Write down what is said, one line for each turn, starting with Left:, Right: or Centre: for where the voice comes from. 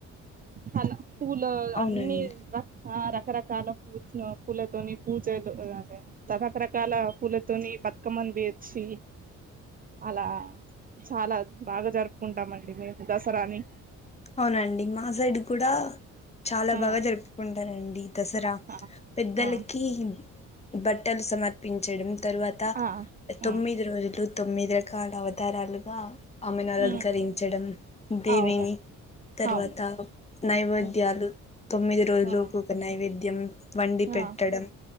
Right: హలొ పూలో
Left: అవునండి
Right: అన్నీ రక్ హారా రకరకాల పూచ్న పూలతోని పూజలు ఆ అదే రకరకాల పూలతోని బతుకమ్మని బేర్చి అలా చాలా బాగా జరుపుకుంటామండి మేము దసరాని
Left: అవునా అండి మా సైడ్డు కూడా చాలా
Right: ఆ
Left: బాగా జరుపుకుంటరండి దసరా
Right: ఆ
Left: పెద్దలకి
Right: ఆ
Left: బట్ బట్టలు సమర్పించడం తర్వాత
Right: ఆ ఆ ఆ
Left: తొమ్మిది రోజులు తొమ్మిది రకాల వద్ తారాలుగా ఆమెను అలంకరించడం
Right: ఉమ్
Left: దేవిని
Right: అవును
Left: తర్వాత
Right: అవును
Left: నైవేద్యాలు
Right: ఉమ్,
Left: తొమ్మిది రోజులు
Right: ఆ
Left: ఒక్కొక్క నైవేద్యం వండి
Right: ఆ
Left: పెట్టడం